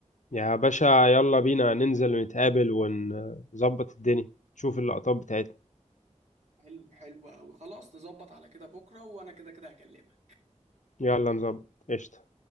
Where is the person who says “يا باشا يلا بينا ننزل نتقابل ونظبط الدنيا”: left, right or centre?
Left